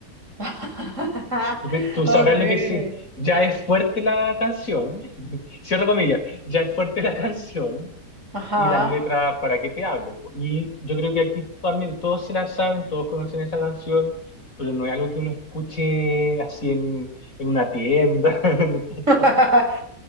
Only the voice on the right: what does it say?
<laughs>
Ok,
ajá.
<laughs>